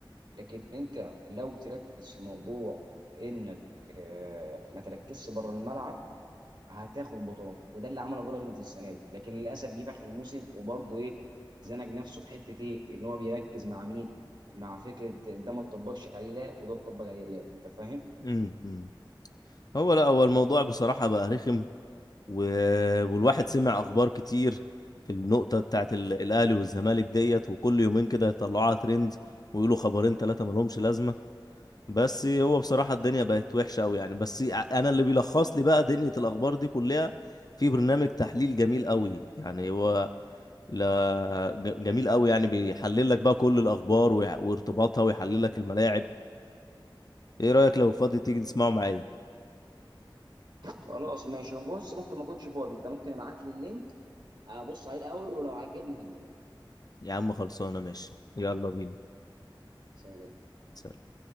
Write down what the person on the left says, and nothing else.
امم هو لا هو الموضوع بصراحة بقى رخم و... والواحد سمع أخبار كتير في النقطة بتاعت ال... الأهلي والزمالك ديت وكل يومين كده يطلعوها ترند ويقولوا خبرين ثلاثة ملهمش لازمة بس هو بصراحة الدنيا بقت وحشة أوي يعني بس ع- أنا اللي بيلخص لي بقى دنيا الأخبار دي كلها في برنامج تحليل جميل أوي يعني هو لا ج- جميل أوي يعني بيحلل لك بقى كل الأخبار ويع- وارتباطها ويحلل لك الملاعب ايه رأيك لو فاضي تيجي نسمعه معايا
يا عم خلصانة ماشي يلا بينا
سلام.